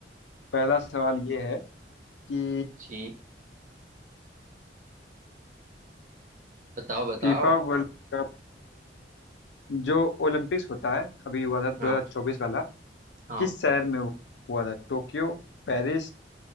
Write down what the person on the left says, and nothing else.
पहला सवाल ये है कि
फीफा वर्ल्ड कप जो ओलंपिक्स होता है अभी हुआ था 2024
वाला
किस शहर में हु- हुआ था टोक्यो पेरिस